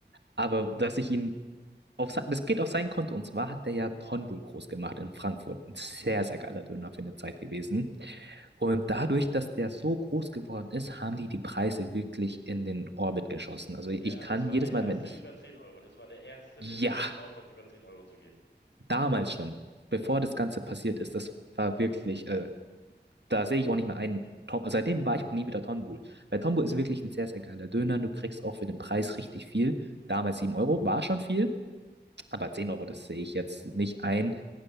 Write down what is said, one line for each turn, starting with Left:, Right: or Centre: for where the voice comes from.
Right: aber dass ich ihn auf sein, das geht auf sein Konto. Und zwar hat er ja Tonbul groß gemacht in Frankfurt. Ein sehr, sehr geiler Döner für eine Zeit gewesen. Und dadurch, dass der so groß geworden ist, haben die die Preise wirklich in den Orbit geschossen. Also ich
Left: ja,
Right: kann
Left: das war
Right: jedes
Left: der erste
Right: Mal, wenn ich,
Left: über 10 Euro. Das war der erste, der sich
Right: ja,
Left: getraut hat, über 10 Euro zu gehen.
Right: damals schon, bevor
Left: Ja.
Right: das Ganze passiert ist, das war wirklich, äh, da sehe ich auch nicht mehr ein. Tom, also seitdem war ich auch nie wieder Tonbul. Weil Tonbul ist wirklich ein sehr, sehr geiler Döner. Du kriegst auch für den Preis richtig viel. Damals 7 Euro war schon viel, aber 10 Euro, das sehe ich jetzt nicht ein